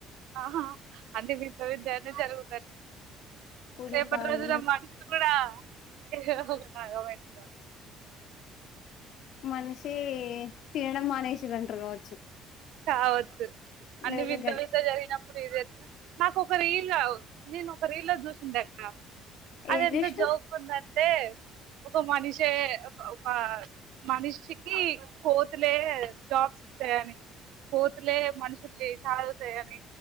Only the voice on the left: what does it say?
పులి
పాలు
మనిషి తినడం మానేసరంటారు కావచ్చు
లేకపోతే
గ
ఏం
చేసినవ్